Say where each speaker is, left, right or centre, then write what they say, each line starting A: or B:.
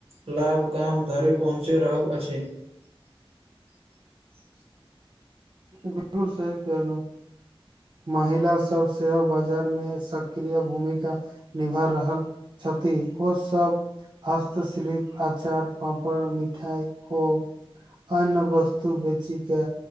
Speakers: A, on the right; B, on the right.
A: लाभ गाम धरि पहुँचि रहल अछि <unintelligible>
B: बिलकुल सही कहलौ महिला सब सेहो बाजार मे सक्रिय भूमिका निभा रहल छ छथि ओ सब हस्तशिल्प अचार पापड़ मिठाइ ओ अन्य वस्तु बेची के